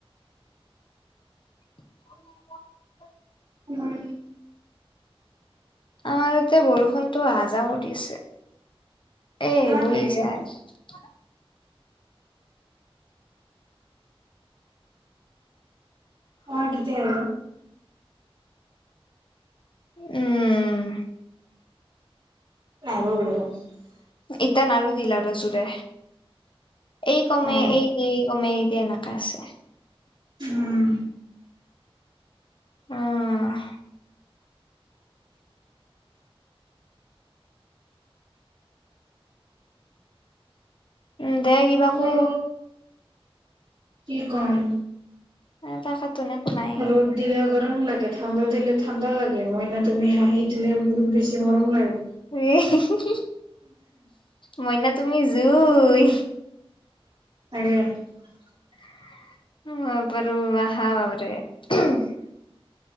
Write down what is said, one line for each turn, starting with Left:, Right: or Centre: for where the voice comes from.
Left: <unintelligible>
Right: উম
Left: আমাৰ য়াতে বৰষুণটো আ জা কৰি আছে এই
Right: আমাৰ
Left: হৈ
Right: নাই
Left: যায়।
Right: ৰ অ' এটোটে আহিব।
Left: উম।
Right: <unintelligible>
Left: ইতান আৰু দিলা আৰু জুৰে এই কমে
Right: অ
Left: এই দেই এই কমে এনেকা আছে।
Right: উম।
Left: অ'। উম দে কিবা
Right: মোৰ
Left: কৌ?
Right: কি কম?
Left: তাকেতোন একো নাই
Right: ৰ'দ দিলেও গৰম লাগে ঠাণ্ডা দিলে ঠাণ্ডা লাগে মইনা তুমি হাঁহি দিলে বহুত বেছি মৰম লাগে।
Left: <unintelligible> মইনা তুমি জুই।
Right: <unintelligible>
Left: <unintelligible>